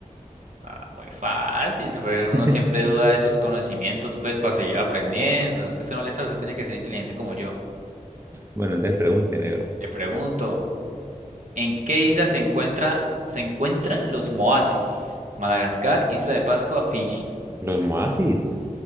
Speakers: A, on the right (about 65°); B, on the right (about 20°).
A: ah, muy fácil. se fue- Uno
B: <laughs>
A: siempre duda de sus conocimientos, pues, para seguir aprendiendo. Que usted no le sabe, usted tiene que ser inteligente como yo.
B: Bueno, entonces pregunte, negro.
A: Le pregunto. ¿En qué isla se encuentra, se encuentran los Moasis? Madagascar, Isla de Pascua, Fiji.
B: ¿Los Moasis?